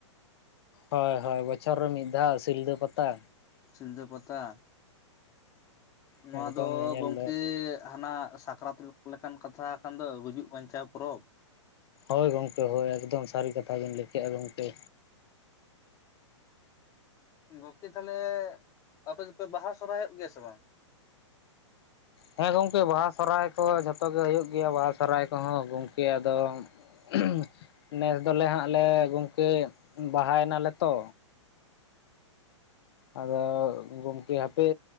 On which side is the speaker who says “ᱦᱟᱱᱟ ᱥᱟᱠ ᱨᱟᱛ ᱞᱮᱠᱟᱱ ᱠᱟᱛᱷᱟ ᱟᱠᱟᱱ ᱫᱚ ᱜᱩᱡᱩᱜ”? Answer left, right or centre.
Left